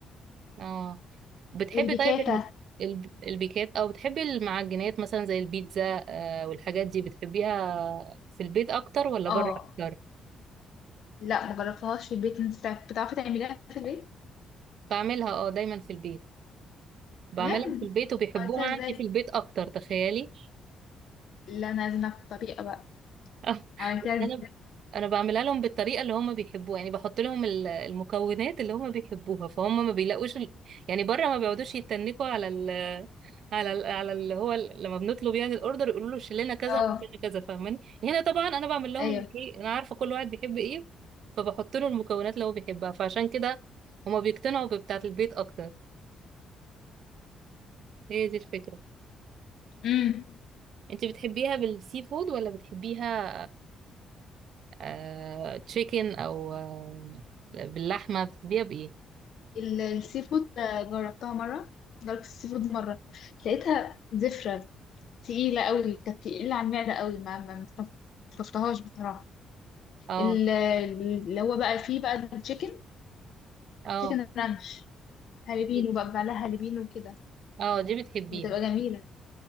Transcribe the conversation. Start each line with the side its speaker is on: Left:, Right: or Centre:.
Right: اه بتحبي
Left: والبيكاتا
Right: طيب ال- ال- البيكات او بتحبي المعجنات مثلا زي البيتزا آه، والحاجات دي بتحبيها في البيت اكتر ولا
Left: اه
Right: بره اكتر
Left: لا مجربتهاش في البيت انت بتعرفي تعمليها في البيت
Right: بعملها اه دايما في البيت بعملها
Left: بجد
Right: في البيت وبيحبوها
Left: عملتها ازاي
Right: عندي في البيت اكتر تخيلي
Left: لا انا لازم اعرف الطريقه بقى
Right: اه
Left: عملتها
Right: بس
Left: ازاي
Right: انا انا بعملها لهم بالطريقه اللي هم بيحبوها يعني بحط لهم ال- المكونات اللي هم بيحبوها فهم ما بيلاقوش ال... يعني بره ما بيقعدوش يتنكوا على ال... على ال... على اللي هو ال... لما بنطلب يعني الاوردر يقولوا له شيل لنا كذا
Left: اه
Right: وحط لنا كذا فاهماني هنا طبعا انا بعمل لهم
Left: ايوه
Right: اللي ايه انا عارفه كل واحد بيحب ايه فبحط له المكونات اللي هو بيحبها فعشان كده هما بيقتنعوا ببتاعه البيت اكتر هي دي الفكره
Left: امم
Right: انت بتحبيها بالسي فود ولا بتحبيها آه تشيكن او آه باللحمه بتحبيها بايه
Left: ال- السي فود آه، جربتها مرة جربت السي فود مرة لقيتها زفرة تقيلة قوي كانت تقيلة على المعدة قوي ما ما ما استلطفتهاش بصراحة
Right: اه
Left: ال- اللي هو بقى فيه بقى التشيكن
Right: اه
Left: تشيكن رانش هالبينو
Right: دي-
Left: بقى بعملها هالبينو وكده
Right: اه دي بتحبيها
Left: بتبقى جميلة